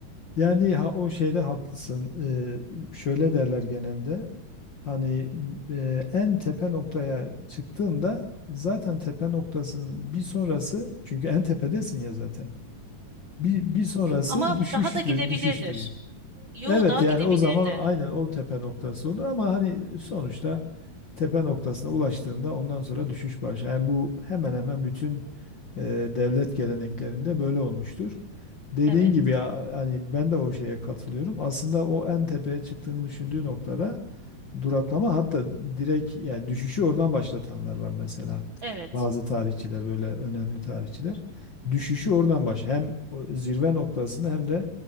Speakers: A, on the left; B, on the right.
A: Yani ha, o şeyde haklısın. Ee, şöyle derler genelde. Hani e, en tepe noktaya çıktığında zaten tepe noktasının bir sonrası çünkü en tepedesin ya zaten. Bir, bir sonrası
B: Ama
A: düşüştür,
B: daha da gidebilirdir.
A: düşüştür.
B: Yo
A: Evet
B: daha
A: yani
B: gidebilirdi.
A: o zaman aynen o tepe noktası olur ama hani sonuçta tepe noktasına ulaştığında ondan sonra düşüş başlar. Yani bu hemen hemen bütün e, devlet geleneklerinde böyle olmuştur. Dediğin
B: Evet,
A: gibi ya hani ben de o şeye katılıyorum. Aslında o en tepeye çıktığını düşündüğü noktada duraklama hatta direkt yani düşüşü oradan başlatanlar var mesela.
B: evet.
A: Bazı tarihçiler böyle önemli tarihçiler düşüşü oradan baş hem o zirve noktasını hem de